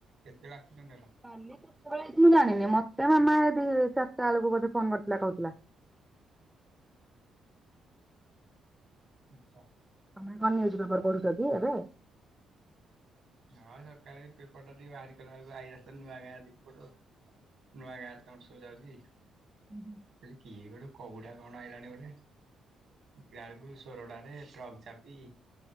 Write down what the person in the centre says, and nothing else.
କାଲି କେତେବେଳେ ହେଇଚି ମୁଁ ଜାଣିନି ମତେ ମାମା ଏ ଦି ଚାରିଟା ବେଳକୁ ବୋଧେ ଫୋନ କରିଥିଲା କହୁଥିଲା।
ତମେ କଣ ନ୍ୟୁଜ୍ ପେପର ପଢ଼ୁଚ କି ଏବେ?
ହୁଁ ହୁଁ।